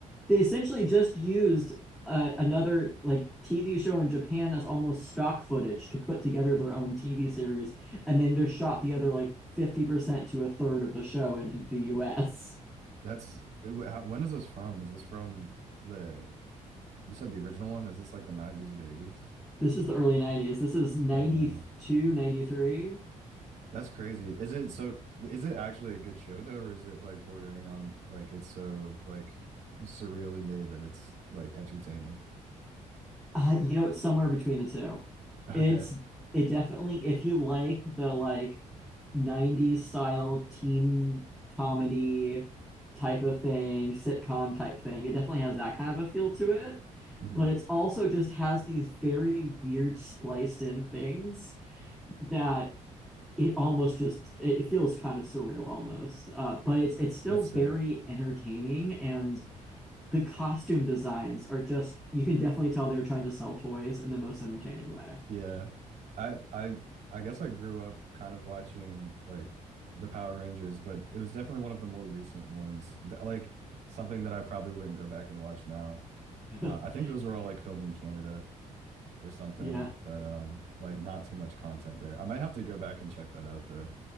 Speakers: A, in the centre; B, on the right.
A: they essentially just used uh, another like TV show in Japan as almost stock footage to put together their own TV series, and then just shot the other like 50% to a third of the show in the US.
B: That's it, wh- how, when is this from? Is this from the you said the original one? Is this like the 90s or the 80s?
A: This is the early 90s. This is ninety
B: Early 90s.
A: two, ninety three.
B: That's crazy. Is it so is it actually a good show though, or is it like bordering on like it's so like surreally made that it's like entertaining? <laughs>
A: Uh, you know, it's somewhere between the two.
B: Okay.
A: It's it definitely if you like the like 90s style team comedy type of thing, sitcom type thing, it definitely has that kind of a feel to it.
B: hmm
A: But it's also just has these very weird spliced in things that it almost just it, it feels kind of surreal almost. Uh, but it's it's still
B: That's
A: very
B: sick.
A: entertaining and the costume designs are just you can definitely tell they're trying to sell toys in the most entertaining way.
B: Yeah. I I I guess I grew up kind of watching like the Power Rangers, but it was definitely one of the more recent ones. Th- Like something that I probably wouldn't go back and watch now.
A: <laughs>
B: Uh, I think those were all like filmed in Canada or something,
A: Yeah.
B: but um like not too much content there. I might have to go back and check that out though.